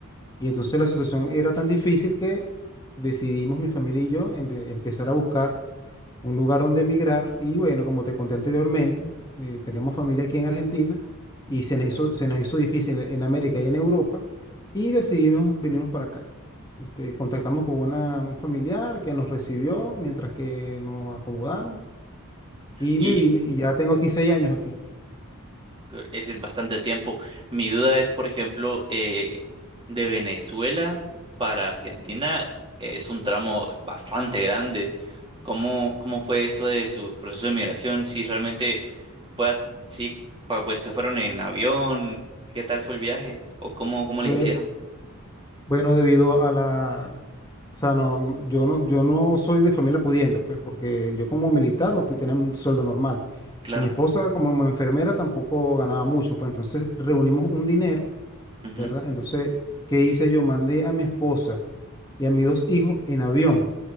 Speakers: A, on the left (about 20°); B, on the right (about 25°).
A: y entonces la situación era tan difícil que decidimos mi familia y yo empe- empezar a buscar un lugar donde emigrar, y bueno, como te conté anteriormente, eh, tenemos familia aquí en Argentina, y se nos hizo, se nos hizo difícil en, en América y en Europa, y decidimos venirnos para acá. Este, contactamos con una, un familiar que nos recibió mientras que nos acomodamos y
B: Y,
A: me vine y ya tengo aquí seis años aquí.
B: Es decir, bastante tiempo. Mi duda es, por ejemplo, eh, de Venezuela para Argentina es un tramo bastante grande. ¿Cómo, cómo fue eso de su proceso de migración? Si realmente fue, a- si pa- pues se fueron en avión, ¿qué tal fue el viaje? ¿O cómo, cómo le
A: Fue,
B: hicieron?
A: bueno, debido a la... O sea, no, yo no, yo no soy de familia pudiente, pues, porque yo como militar no te- tenía un sueldo normal.
B: Claro.
A: Y mi esposa como enfermera tampoco ganaba mucho, pues entonces reunimos un dinero,
B: Ujú.
A: ¿verdad? Entonces, ¿qué hice yo? Mandé a mi esposa y a mis dos hijos en avión.